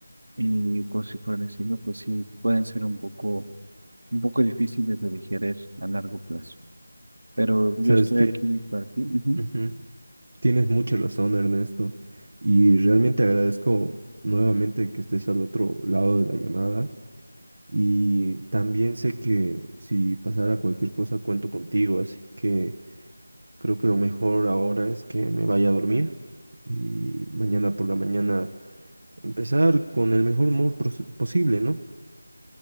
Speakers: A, on the right (about 90°); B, on the right (about 60°).
A: y cosas por el estilo, pues sí pueden ser un poco, un poco difíciles de digerir a largo plazo. Pero yo
B: ¿Sabes
A: estoy
B: qué?
A: aquí para ti. Ujú.
B: Ujú. Tienes mucha razón, Ernesto, y realmente agradezco nuevamente que estés al otro lado de la llamada y también sé que si pasara cualquier cosa cuento contigo, así que creo que lo mejor ahora es que me vaya a dormir y mañana por la mañana empezar con el mejor humor pros- posible, ¿no?